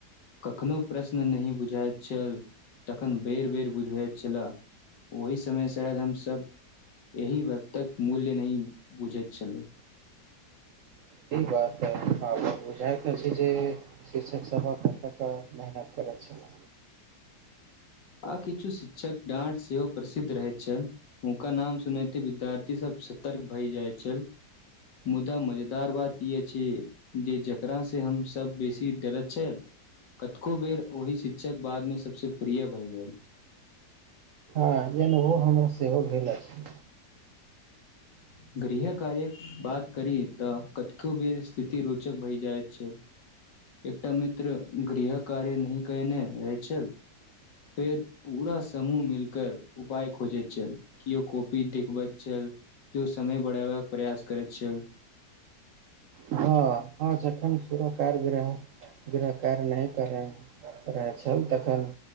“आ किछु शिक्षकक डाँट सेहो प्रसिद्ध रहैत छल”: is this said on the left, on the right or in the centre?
Left